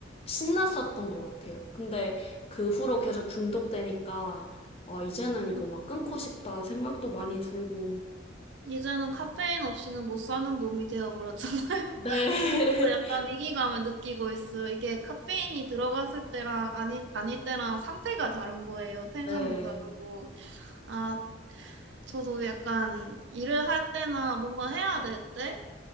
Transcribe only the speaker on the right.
음,
이제는 카페인 없이는 못 사는 몸이 되어버렸잖아요. <laughs>
저도
약간 위기감을 느끼고 있어요. 이게 카페인이 들어갔을 때랑 아니, 아닐 때랑 상태가 다른 거예요. 텐션도
다르고. 아, 저도 약간 일을 할 때나 뭔가 해야 될 때?